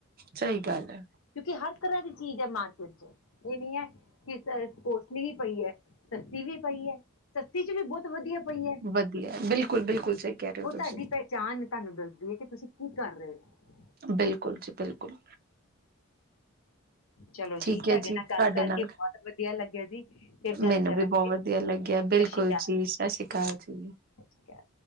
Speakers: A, on the right; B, on the left.
A: ਸਹੀ ਗੱਲ ਹੈ।
B: ਕਿਉਂਕਿ ਹਰ ਤਰ੍ਹਾਂ ਦੀ ਚੀਜ਼ ਹੈ ਮਾਰਕੀਟ ਚ ਇਹ ਨਹੀਂ ਹੈ ਕਿ ਕੋੋਸਟਲੀ ਵੀ ਪਈ ਹੈ ਸਸਤੀ ਵੀ ਪਈ ਹੈ ਸਸਤੇ ਚ ਵੀ ਬਹੁਤ ਵਧੀਆ ਪਈ ਹੈ
A: ਵਧੀਆ ਬਿਲਕੁਲ ਬਿਲਕੁਲ ਸਹੀ ਕਹਿ ਰਹੇ ਹੋ
B: ਉਹ
A: ਤੁਸੀਂ
B: ਤੁਹਾਡੀ ਪਹਿਚਾਣ ਤੁਹਾਂਨੂੰ ਦੱਸਦੀ ਏ ਕਿ ਤੁਸੀਂ ਕੀ ਕਰ ਰਹੇਂ ਹੋ
A: ਬਿਲਕੁੱਲ ਜੀ ਬਿਲਕੁੱਲ
B: ਚਲੋਂ
A: ਠੀਕ
B: ਜੀ
A: ਹੈ
B: ਤੁਹਾਡੇ ਨਾਲ ਗੱਲ਼ ਕਰਕੇ
A: ਨਾਲ
B: ਬਹੁਤ ਵਧੀਆਂ ਲੱਗਿਆਂ ਜੀ ਫ਼ਿਰ ਗੱਲ਼
A: ਮੈਨੂੰ
B: ਕਰਾਂਗੇ
A: ਵੀ ਬਹੁਤ ਵਧੀਆ
B: ਸਤਿ
A: ਲੱਗਿਆ ਬਿਲਕੁਲ
B: ਸ਼੍ਰੀ
A: ਜੀ ਸਤਿ ਸ੍ਰੀ ਅਕਾਲ ਜੀ
B: ਅਕਾਲ